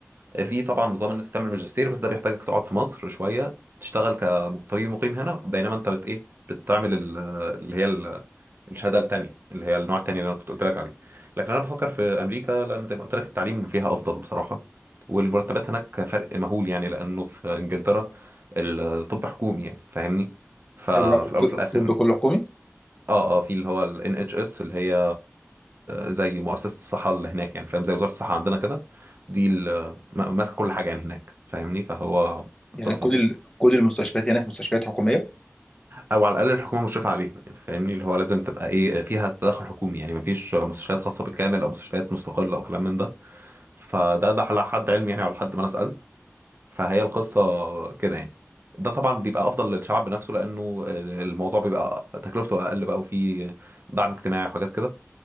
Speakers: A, on the right; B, on the left.
A: آه، في طبعا نظام إن أنت تعمل ماجستير بس ده بيحتاجك تقعد في مصر شوية تشتغل كطبيب مقيم هنا بينما أنت بت إيه بتعمل ال- اللي هي الشهاده التانيه اللي هي النوع التاني اللي انا كنت قلت لك عليه لكن انا بفكر في امريكا لان زي ما قلت لك التعليم فيها افضل بصراحه والمرتبات هناك فرق مهول يعني لانه في انجلترا الطب حكومي يعني فاهمني ففي
B: ايه ده الط-
A: الاول وفي الاخر
B: الطب كله حكومي؟
A: اه اه في اللي هو ال NHS اللي هي زي مؤسسه الصحه اللي هناك يعني فاهم زي وزاره الصحه عندنا كده دي ال- ماسكه كل حاجه يعني هناك فاهمني فهو
B: يعني
A: قصه
B: كل
A: كده
B: ال- كل المستشفيات هناك مستشفيات حكوميه
A: او على الاقل الحكومه مشرفه عليها يعني فاهمني اللي هو لازم تبقى ايه فيها تدخل حكومي يعني مفيش مستشفيات خاصه بالكامل او مستشفيات مستقله او كلام من ده فده ده على حد علمي يعني على حد ما انا سالت فهي القصه كده يعني ده طبعا بيبقى افضل للشعب نفسه لانه الموضوع بيبقى تكلفته اقل بقى وفيه دعم اجتماعي وحاجات كده